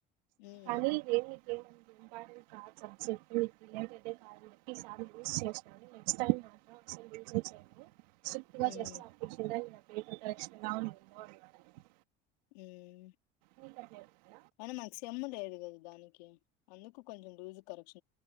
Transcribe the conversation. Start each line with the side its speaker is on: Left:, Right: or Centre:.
Left: హ్మ్
Right: కానీ దేవిక ఏమ ఇంపార్టెంట్ కాల్ సబ్జెక్ట్ ఇంటిదే కా యూస్ చేను నెక్స్ట్ టై మాత్రం అసలు యూ స్ట్రిక్ట్‌గా
Left: హ్మ్
Right: చేస్తే అప్పుడు చెలరేగిన కరెక్షన్ అవును <unintelligible>
Left: ఉమ్
Right: మిక్ అట్లా వాస్
Left: అనా మాకు చెమ్ము లేదు కదా దానికి అందుకు కొంచెం లుజు కరక్ష